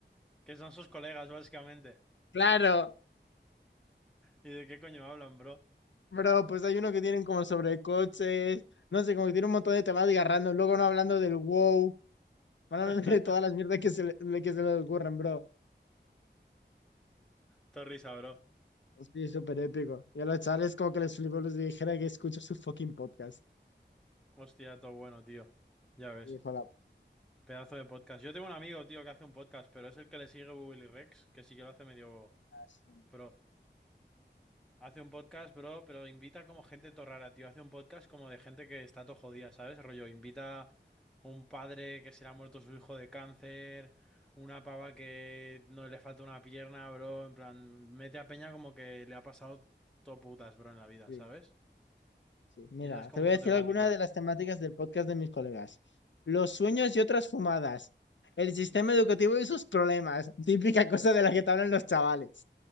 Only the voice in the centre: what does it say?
Que son sus colegas, básicamente.
¿Y de qué coño hablan, bro?
<laughs>
Todo risa, bro.
Hostia, todo bueno, tío. Ya ves.
Pedazo de podcast. Yo tengo un amigo, tío, que hace un podcast, pero es el que le sigue Willy Rex, que sí que lo hace medio
pro. Hace un podcast, bro, pero invita como gente todo rara, tío. Hace un podcast como de gente que está todo jodida, ¿sabes? Rollo, invita un padre que se le ha muerto su hijo de cáncer, una pava que no le falta una pierna, bro. En plan, mete a peña como que le ha pasado todo putas, bro, en la vida,
¿sabes?
Y esa es como
su
temática.